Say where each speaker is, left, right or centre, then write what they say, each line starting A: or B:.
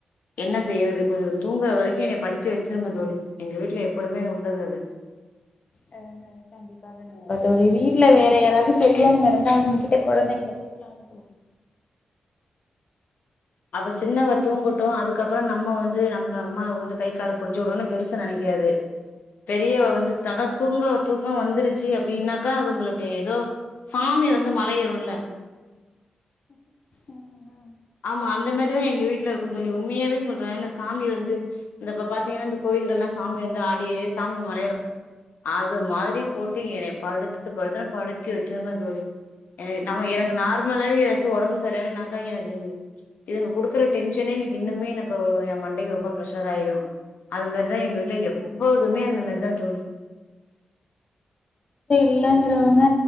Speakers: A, on the left; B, on the left.
A: என்ன செய்யறது இப்ப தூங்கற வரிக்கு என்னய படித்தி வச்சிதுங்க தோழி எங்க வீட்ல எப்போதுமே இது உள்ளது அது
B: அ அ கண்டிப்பா கண்டிப்பா
A: ம்
B: தோழி வீட்ல வேற யாராவ்து தெரியவுங்க இருந்தா அவுங்ககிட்ட கொழந்தைங்ள குடுக்லால்ல தோழி
A: அவ சின்னவ தூங்கட்டுமல அதுக்கறோ நம்ம வந்து நம்க்கு அம்மாவ வந்து கை கால் புடிச்சு விடனு பெருசு நனைக்காது பெரியவ
B: ம்
A: வந்து தன தூங்க தூங்க வந்துருச்சு அப்டின்னாக்கா அது உங்களுக்கு எதோ சாமிய வந்து மலையேறுல்ல
B: ம் ம்
A: ஆமா அந்த மேரிதா எங்க வீட்ல இருக்கு தோழி உண்மையாவே சொல்ற இந்த சாமி வந்து இந்த இப்ப பாத்தீங்கன்னா இந்த கோயில்கள்ல்லா சாமி வந்து ஆடி சாமி மலையே அது மாதுரி போட்டு
B: ம்
A: எனய படுத் டு படுத்தா படுத்தி வச்சிருங்க தோழி என நம்ம எனக்கு
B: ம்.
A: நார்மலாவே எதாச்சு ஒடம்பு சரியாலனாக்கா எனக்கு இந் இதுங்க குடுக்குற டென்ஷனே எனக்கு இன்னுமே எனக்கு எ மண்டைக்கு ரொம்ப ப்ரெஷர் ஆயிரு அது மாரிதா எங்க வீட் எ எப்போதுமே
B: கண்டிப்பா கண்டிப்பா
A: அந்த மாரிதா தோழி
B: இல்லங்றவ்ங்க